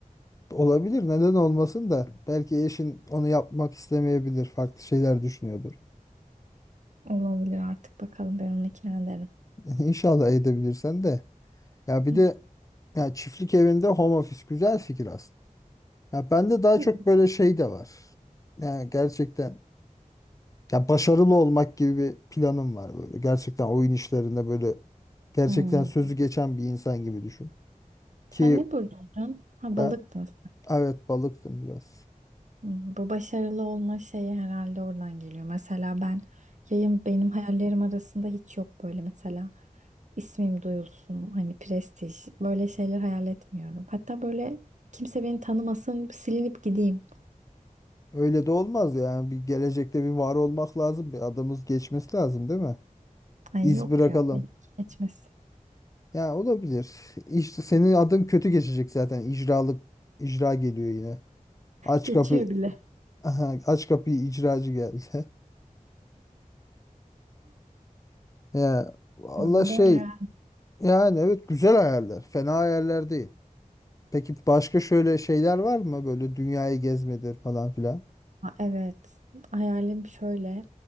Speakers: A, on the left (about 25°); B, on the right (about 60°).
A: Olabilir. Neden olmasın da. Belki eşin onu yapmak istemeyebilir. Farklı şeyler düşünüyordur.
B: Olabilir artık bakalım ben onu ikna ederim.
A: <laughs> İnşallah edebilirsen de. Ya bir
B: Hı.
A: de ya çiftlik evinde home office güzel fikir aslında. Ya bende daha
B: Değil
A: çok
B: mi?
A: böyle şey de var. Yani gerçekten Ya başarılı olmak gibi bir planım var böyle. Gerçekten oyun işlerinde böyle gerçekten
B: Hmm.
A: sözü geçen bir insan gibi düşün.
B: Sen
A: Ki
B: ne burcuydun? Ha
A: ben
B: balıktın
A: evet balıktım biraz.
B: Hmm, Bu başarılı olma şeyi herhalde oradan geliyor. Mesela ben yayın benim hayallerim arasında hiç yok böyle mesela ismim duyulsun hani prestij böyle şeyler hayal etmiyorum. Hatta böyle kimse beni tanımasın silinip gideyim.
A: Öyle de olmaz yani bir gelecekte bir var olmak lazım. Bir adımız geçmesi lazım değil mi?
B: Ay
A: İz
B: yok
A: bırakalım.
B: ya benim geçmesin.
A: Ya olabilir. İşte senin adın kötü geçecek zaten. İcralık icra geliyor yine. Aç
B: Geçiyor
A: kapı <laughs>
B: bile.
A: Aha, aç kapıyı icracı geldi. <laughs> Ya valla
B: Bilmiyorum,
A: şey
B: Böyle
A: yani evet güzel hayaller. Fena hayaller değil. Peki başka şöyle şeyler var mı? Böyle dünyayı gezmedir falan filan.
B: Ha, Evet, hayalim şöyle